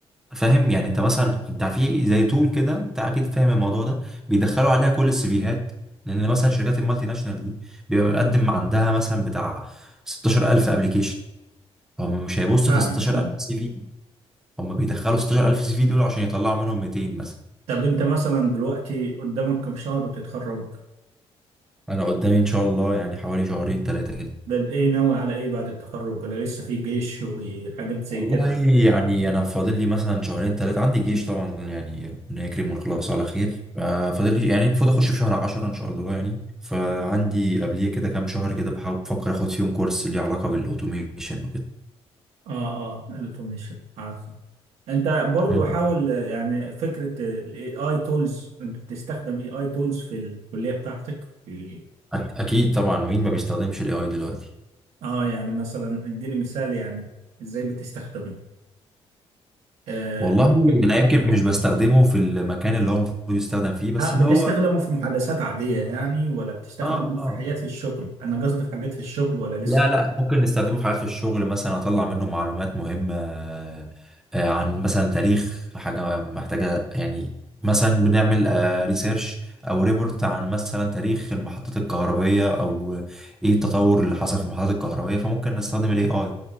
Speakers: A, in the centre; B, on the right (about 80°).
A: فاهم يعني انت مثلا انت في زي تول كده انت اكيد فاهم الموضوع ده بيدخلوا عليها كل السي فيهات لان مثلا شركات المالتي ناشونال دي بيبقى مقدم عندها مثلا بتاع 16000 ابلكيشن هم مش هيبصوا
B: فعلا
A: في 16000
B: فعلا
A: سي في هم بيدخلوا 16000 سي في دول عشان يطلعوا منهم 200 مثلا
B: طب انت مثلا دلوقتي قدامك كم شهر وتتخرج
A: انا قدامي ان شاء الله يعني حوالي شهرين ثلاثه كده
B: ده بإيه ناوي على إيه بعد التخرج ولا لسه في جيش وحاجات زي
A: والله
B: كده
A: يعني انا فاضل لي مثلا شهرين ثلاثه عندي جيش طبعا يعني ربنا يكرم ونخلص على خير آه، فاضل لي يعني المفروض اخش في شهر 10 ان شاء الله يعني فعندي قبليه كده كام شهر كده بحاول بفكر اخد فيهم كورس ليه علاقه بالاوتوميشن وكده
B: آه آه الأوتوميشن عارفه أنت برضو
A: مم.
B: حاول آه، يعني فكرة ال AI tools أنت بتستخدم AI tools في الكلية بتاعتك في
A: أك- اكيد طبعا مين ما بيستخدمش الاي اي دلوقتي
B: آه يعني مثلا إديني مثال يعني إزاي بتستخدمه آه
A: والله
B: ممكن
A: انا يمكن مش بستخدمه في المكان اللي هو المفروض يستخدم فيه بس
B: آه
A: اللي
B: بتستخدمه
A: هو
B: في محادثات عادية يعني ولا بتستخدمه
A: اه
B: في حاجات في الشغل أنا قصدي في حاجات في الشغل ولا لسه
A: لا لا ممكن نستخدمه في حاجات في الشغل مثلا اطلع منه معلومات مهمة آه، آه، عن مثلا تاريخ حاجة محتاجة يعني مثلا بنعمل ريسيرش او ريبورت عن مثلا تاريخ المحطات الكهربية او ايه التطور اللي حصل في المحطات الكهربية فممكن نستخدم الاي اي